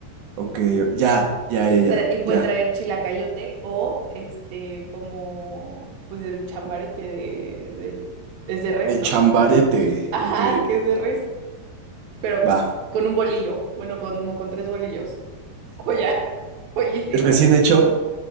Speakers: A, on the right; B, on the right.
A: Ok, ya, ya,
B: y,
A: ya, ya,
B: tra- y puede
A: ya.
B: traer chilacayote o este como pues el chambarete de, del- es de res,
A: El
B: ¿no?
A: chambarete.
B: <laughs> Ajá,
A: Ok,
B: que es de res, pero
A: va.
B: con un bolillo, bueno, como con tres bolillos. Joya, <laughs> joyísima.
A: Recién hecho.